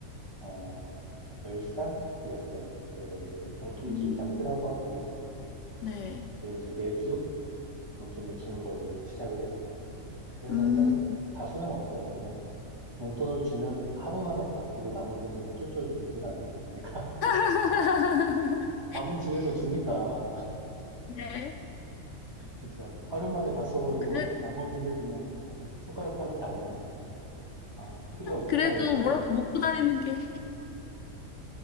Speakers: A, on the right (about 20°); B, on the left (about 70°).
A: 어, 10살이었어요. 그래서 이제 용돈기
B: 음.
A: 입장 쓰라고 하고,
B: 네.
A: 그렇게 이제 매주 용돈을 주는 걸로 시작을 했죠. 그랬는데
B: 음,
A: 다 소용없어요. 그냥 용돈을 주면 하루 만에 다 쓰고 나머지는 쫄쫄 굶고 다녀. 그러니까 <laughs>
B: <laughs>
A: 밥은 집에서 주니까 <laughs>
B: 네.
A: 그 하루 만에 다 써버리고
B: 그래,
A: 나머지는 그냥 어, 손가락 빨고 다녀요. 아, 필요 없구나
B: 그래도
A: 이런 거.
B: 뭐라도 먹고 다니는 게.